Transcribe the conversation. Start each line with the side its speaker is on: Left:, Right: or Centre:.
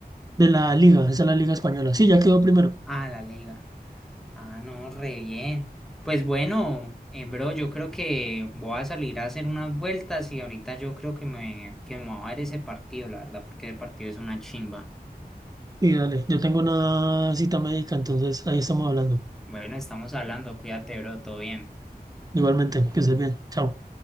Right: de la Liga, esa es la Liga Española. Sí, ya quedó primero.
Centre: Ah, la Liga. Ah, no, re bien. Pues bueno, eh, bro, yo creo que voy a salir a hacer unas vueltas y ahorita yo creo que me, que me va a ver ese partido, la verdad, porque ese partido es una chimba.
Right: Sí, dale. Yo tengo una cita médica, entonces ahí estamos hablando.
Centre: Bueno, estamos hablando, cuídate, bro, todo bien.
Right: Igualmente, que estés bien. Chao.